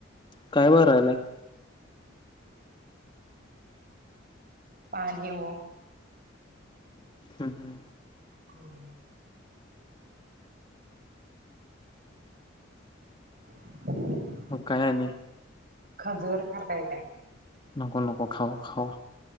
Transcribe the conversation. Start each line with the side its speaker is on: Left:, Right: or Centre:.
Left: काय भरालाय?
Right: पाणी ओ
Left: हं हूं
Right: <unintelligible> <inaudible>
Left: मग काय आणि
Right: खजूर खाताय काय?
Left: नको नको, खाव खाव